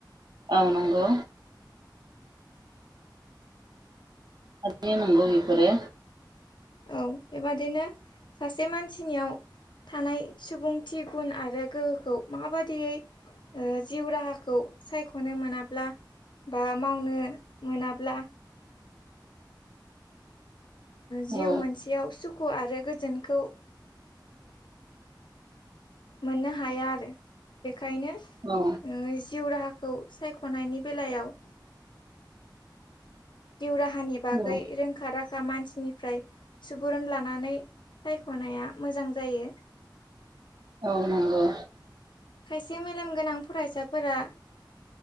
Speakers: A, on the right; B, on the left.
A: औ नंगौ हनो नंगौ बेफोरो
B: औ बेबादिनो सासे मानसिनियाव थानाय सुबुंथि गुन आरो गोहोखौ माबाददियै जिउ राहाखौ सायख'नो मोनाब्ला बा मावनो मोनाब्ला जिउ
A: औ
B: मोनसेयाव सुखु आरो गोजोनखौ मोननो हाया आरो बेखायनो
A: औ
B: नोङो जिउ राहाखौ सायख'नायनि बेलायाव जिउ राहानि बागै
A: औ
B: रों रखाा राखा मानसिनिफ्राय सुबुरुन लानानै सायख'नाया मोजां जायो
A: औ नांगौ
B: खायसे मेलेम गोनां फरायसाफोरा